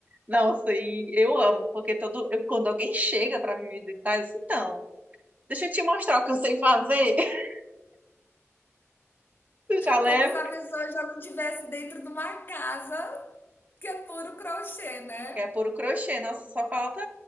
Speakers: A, on the right (about 30°); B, on the left (about 45°).
A: Nossa, e eu amo, porque todo... eu- quando alguém chega para me visitar, eu disse, então, deixa eu te mostrar o que eu sei fazer. <laughs> Tu já leva.
B: Como se a pessoa já não estivesse dentro de uma casa que é puro crochê, né?
A: É puro crochê. Nossa, só falta